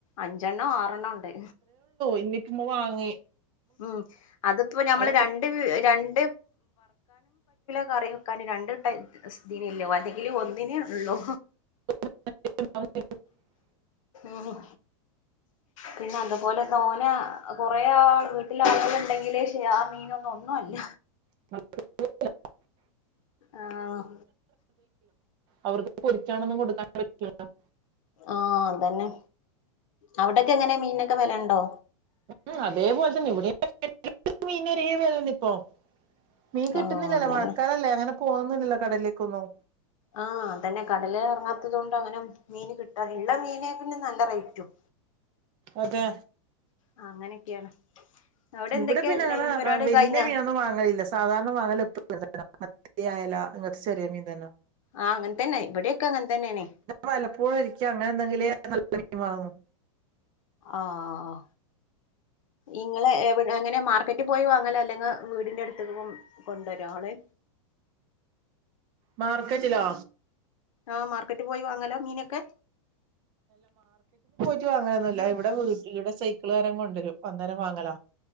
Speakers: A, on the left; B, on the right.
A: അഞ്ചെണ്ണോ ആറണ്ണം ന്നൊണ്ട്
B: ഇഞ്ഞിപ്പോ വാങ്ങി
A: ഉം അതിപ്പോ ഞമ്മള്
B: അത്
A: രണ് കറി വെക്കാൻ <unintelligible> അല്ലെങ്കിൽ ഒന്നിനേ ഉള്ളോ
B: <unintelligible>
A: ഊഹ് ഉം പിന്നെ അതുപോലെ തോന കൊറേ ആൾ വീട്ടില ആളുകൾ ഉണ്ടെങ്കിലേ ശെ ആ മീനൊന്നും ഒന്നുമല്ല
B: <unintelligible>
A: ആഹ്
B: അവർക്ക് പൊരിച്ചാണൊന്നും കൊടുക്കാൻ <unintelligible>
A: ആഹ് അതന്നെ അവിടൊക്കെ എങ്ങനെ മീനൊക്കെ വിലണ്ടോ
B: ഉം അതേപോലെ തന്നെ ഇവിടെ <unintelligible> മീന ഒര വെലയാന്ന് ഇപ്പോ മീൻ കിട്ടുന്നില്ലല്ലോ
A: ആഹ് അതന്നെ
B: മഴക്കാലല്ലേ അങ്ങനെ പോന്നില്ലല്ലോ കടലിലേക്കൊന്നും
A: ആഹ് അതന്നെ കടല് ഇറങ്ങാത്തത് കൊണ്ട് അങ്ങനെ മീൻ കിട്ടാ ഉള്ള മീനെ പിന്നെ നല്ല റേറ്റും
B: അതെ
A: ആ അങ്ങനെയൊക്കെയാണ് അവിടെ എന്തൊക്കെയാ
B: ഇവിടെ പിന്നെ അങ്ങനെ
A: ലഞ്ച് പരിപാടി
B: വല്യ
A: കഴിഞ്ഞാ
B: മീനൊന്നും വാങ്ങലില്ല സാധാരണ വാങ്ങൽ എ മത്തി ആയല്ലാ അങ്ങനത്തെ ചെറിയ മീൻ തന്ന
A: ആഹ് അങ്ങനത്തന്നെ ഇവിടെയൊക്കെ അങ്ങനത്തന്നെയണെ
B: വല്ലപ്പോഴും ഒരിക്ക അങ്ങനെ എന്തെങ്കിലേ നല്ല മീൻ വാങ്ങു
A: ആഹ് ഇങ്ങള് എവിടെ അങ്ങനെ മാർക്കറ്റിൽ പോയി വാങ്ങലാ അല്ലെങ്കിൽ വീടിന്റെ അടുത്തെങ്ങും കൊണ്ടുവ രോളെ
B: മാർക്കറ്റിലോ
A: ആഹ് മാർക്കറ്റ് പോയി വാങ്ങല മീനൊക്കെ
B: വാങ്ങാനൊന്നും ഇല്ല ഇവിടെ വീട്ടില് ഇവിടെ സൈക്കിള്കാരൻ കൊണ്ടുവരും അന്നേരം വാങ്ങല